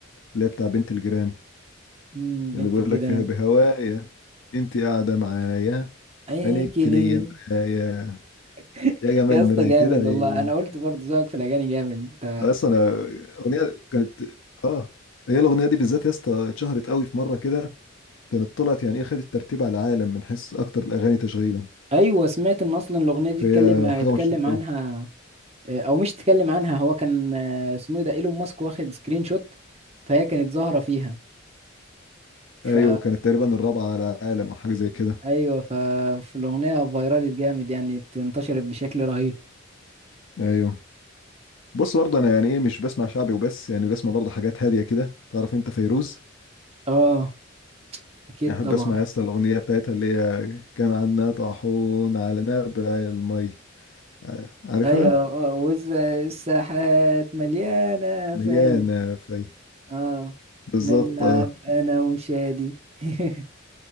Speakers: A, on the left; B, on the right.
A: اللي هي بتاع بنت الجيران
B: امم بنت
A: اللي بيقول
B: الجيران
A: لك فيها بهوايا انت قاعده معايا
B: عينيك
A: عينيك
B: ليه
A: ليا مرايا
B: <laughs>
A: يا جمال
B: يا اسطى
A: مراية
B: جامد
A: العين
B: والله انا قلت برضه ذوقك في الاغاني جامد انت
A: اصلا انا اغنيه كانت اه هي الاغنيه دي بالذات يا اسطى اتشهرت قوي في مره كده كانت طلعت يعني ايه خدت ترتيب على العالم من حيث اكتر الاغاني تشغيلا
B: ايوه سمعت ان اصلا الاغنيه دي
A: فهي
B: اتكلم اتكلم
A: حاجه مشهوره
B: عنها
A: قوي
B: آه، او مش اتكلم عنها هو كان آه، اسمه إيه ده ايلون ماسك واخد سكرين شوت فهي كانت ظاهره فيها ف
A: ايوه كانت تقريبا الرابعه على العالم او حاجه زي كده
B: ايوه ففي الاغنيه فايرالت جامد يعني انتشرت بشكل رهيب
A: ايوه بص برضه انا يعني ايه مش بسمع شعبي وبس يعني بسمع برضه حاجات هاديه كده تعرف انت فيروز
B: اه اكيد
A: يعني احب
B: طبعا
A: اسمع يا اسطى الاغنيه بتاعتها اللي هي كان عنا طاحون على نبع المي ع- عارفها
B: ايوه اه وز الساحات مليانه
A: ديانا
B: في
A: في
B: اه
A: بالظبط
B: نلعب
A: اه
B: انا وشادي <laughs>